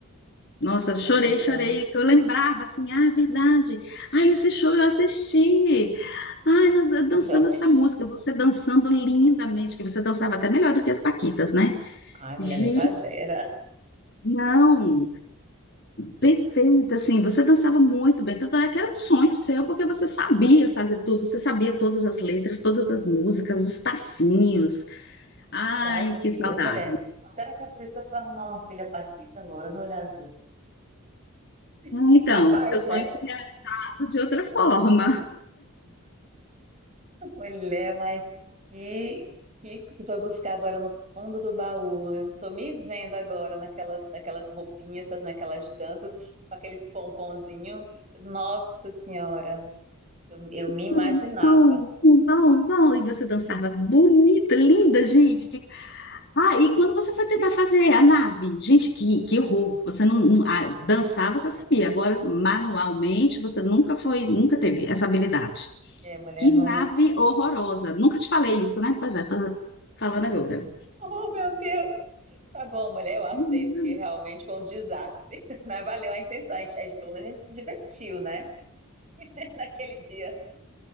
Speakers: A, on the left; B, on the right.
A: Nossa, eu chorei,
B: Pera então.
A: chorei, porque eu lembrava assim, ah, é verdade. Ah, esse show eu assisti. Ai, nós dan-
B: Nossa,
A: dançamos
B: eu assisti.
A: essa música, você dançando lindamente, que você dançava até melhor do que as Paquitas, né?
B: Ai, mulher,
A: Gi,
B: não exagera.
A: não, perfeito, assim, você dançava muito bem, tanto é que era um sonho seu, porque você sabia fazer tudo, você sabia todas as letras, todas as músicas, os passinhos. Ai,
B: Já
A: que
B: viu,
A: saudade.
B: mulher? Será que é por isso que eu fui arrumar uma filha paquita, loura do olho azul? <laughs>
A: Então,
B: Capaz,
A: seu sonho
B: né?
A: foi realizado de outra forma.
B: Mulher, mas que, que tu foi buscar agora no fundo do baú? Eu tô me vendo agora naquelas, naquelas roupinhas, essas- naquelas danças, com aqueles pomponzinhos. Nossa Senhora, eu, eu me imaginava.
A: Bom, bom, bom, bom. E você dançava bonita, linda, gente. Que- Ah, e quando você foi tentar fazer a nave? Gente, que, que horror. Você não, não- ah, dançar, você
B: É,
A: sabia. Agora, manualmente, você nunca foi, nunca teve essa habilidade.
B: é, mulher,
A: Que
B: não.
A: nave horrorosa. Nunca te falei isso, né? Pois é, tô falando agora.
B: Oh, meu Deus! Tá bom, mulher, eu aceito,
A: Muito,
B: porque realmente foi um desastre. <laughs> Mas valeu a intenção. A gente, a gente- pelo menos a gente se divertiu, né? <laughs> Naquele dia,